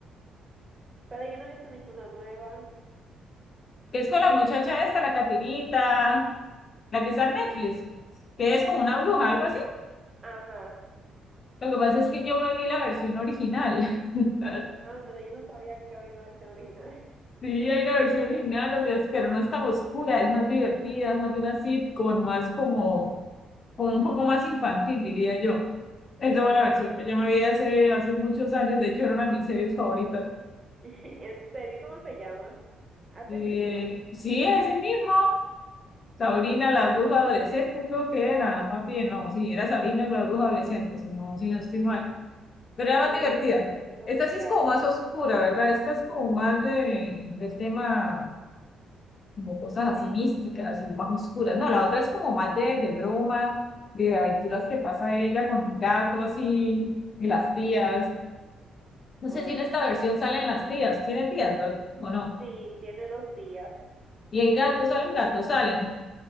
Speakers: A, on the right (about 35°); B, on the left (about 45°).
A: Pero yo no he visto ninguna nueva.
B: que es con la muchacha esta, la Catirita, la que está en Netflix, que es como una bruja, algo así.
A: Ajá.
B: Lo que pasa es que yo me vi la versión original. <laughs>
A: Ah, pero yo no sabía que había una versión original.
B: Sí, hay una versión original, los días, pero
A: <laughs>
B: no es tan oscura, es más divertida, es más de una sitcom, más como, como un poco más infantil, diría yo. Esa
A: Oh,
B: fue la versión que yo me vi hace, hace muchos años, de hecho era una de mis series favoritas.
A: <laughs> en serio, ¿cómo se llama? Así
B: Eh,
A: mismo.
B: sí, ese mismo, Sabrina
A: Oh.
B: la bruja adolescente, creo que era, más bien, no, sí, era Sabrina la bruja adolescente, si no, si no estoy mal, pero era
A: Bueno,
B: más divertida.
A: pues la tendré que buscar.
B: Esta sí es como más oscura, ¿verdad? Esta es como más de, del tema, como cosas así
A: Sí.
B: místicas y más oscuras. No, la otra es como más de, de broma, de aventuras que pasa ella con un gato así, y las tías.
A: Oh,
B: No sé si
A: entiendo.
B: en esta versión salen las tías, tiene tías, ¿verdad? ¿O no?
A: Sí, tiene dos días.
B: Y el gato,
A: Y un
B: salen
A: primo.
B: gatos, salen.